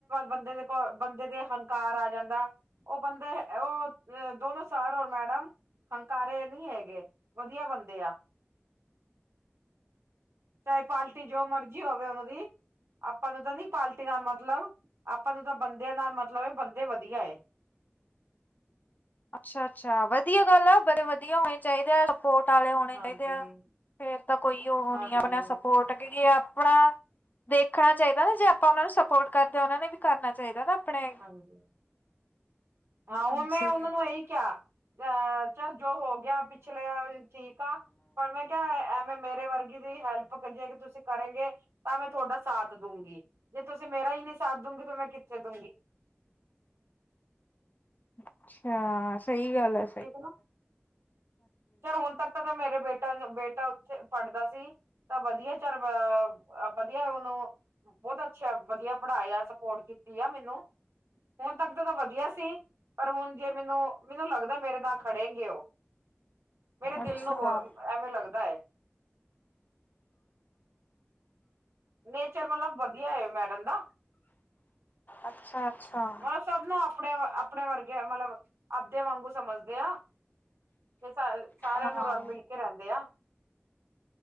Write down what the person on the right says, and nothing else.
ਬੰਦੇ ਦੇ ਕੋਲ ਬੰਦੇ ਦੇ ਹੰਕਾਰ ਆ ਜਾਂਦਾ, ਓ ਬੰਦੇ ਓ ਅ ਦੋਨੋ ਸਰ ਔਰ ਮੈਡਮ- ਹੰਕਾਰੇ ਏ ਨਈ ਹੈਗੇ ਵਦੀਆ ਬੰਦੇ ਆ। ਚਾਏ ਪਾਲਟੀ ਜੋ ਮਰਜੀ ਹੋਵੇ ਓਨਾਂ ਦੀ, ਆਪਾਂ ਨੂੰ ਤਾਂ ਨੀ ਪਾਲ <unintelligible> ਮਤਲਬ, ਆਪਾਂ ਨੂੰ ਤਾਂ ਬੰਦੇਆਂ ਨਾਲ ਮਤਲਬ ਏ ਬੰਦੇ ਵਧੀਆ ਏ।
ਹਾਂਜੀ
ਹਾਂਜੀ
ਹਾਂਜੀ, ਹਾਂ
ਓ ਮੈਂ ਓਨਾ ਨੂੰ ਏਈ ਕਿਆ ਅ ਚੱਲ ਜੋ ਹੋ ਗਿਆ ਪਿਛਲਾ ਠੀਕ ਆ, ਪਰ ਮੈਂ ਕਿਆ ਮ ਮੇਰੇ ਵਾਰਗੀ ਦੀ ਹੈਲਪ ਜੇ ਕ, ਤੁਸੀਂ ਕਰੇਂਗੇ ਤਾ ਮੈਂ ਤੁਹਾਡਾ ਸਾਥ ਦੂਂਗੀ। ਜੇ ਤੁਸੀਂ ਮੇਰਾ ਈ ਨੀ ਸਾਥ ਦੂਗੀ ਫੇਰ ਮੈਂ ਕਿੱਥੇ ਦੂਂਗੀ।
ਠੀਕ ਨਾ, ਚੱਲੋ ਹੋਨ ਤੱਕ ਤਾ ਮੇਰਾ ਬੇਟਾ-ਬੇਟਾ ਓੱਥੇ ਪੜ੍ਹਦਾ ਸੀ ਤਾਂ ਵਧੀਆ ਘਰ ਵਾ ਅ ਵਧੀਆ ਉਹਨੂੰ, ਬਹੁਤ ਅੱਛਾ ਵਧੀਆ ਪੜ੍ਹਾਇਆ ਸਪੋਰਟ ਕੀਤੀ ਆ ਮੈਨੂੰ, ਹੁਣ ਤੱਕ ਤਾਂ ਵਧੀਆ ਸੀ ਪਰ ਹੁਣ ਜੇ ਮੈਨੂੰ, ਮੈਨੂੰ ਲੱਗਦਾ, ਮੇਰੇ ਨਾਲ ਖੜੇ ਗੇ ਉਹ ਮੇਰੇ ਦਿਲ
ਨੂੰ ਬ ਐਵੇਂ ਲੱਗਦਾ ਹੈ ਨੇਚਰ ਮਤਲਬ ਵਧੀਆ ਹੈ ਮੈਡਮ ਨਾ,
ਹਾ ਸਬ ਨੂੰ ਆਪ ਆਪਣੇ ਆਪਣੇ ਵਰਗੇ ਮਤਲਬ ਆਪਦੇ ਵਾਂਗੂ ਸਮਝਦੇ ਆ, ਤੇ ਸ ਸਾਰਿਆਂ
ਨੂੰ ਰਲ ਮਿਲ ਕੇ ਰਹਿੰਦੇ ਆ।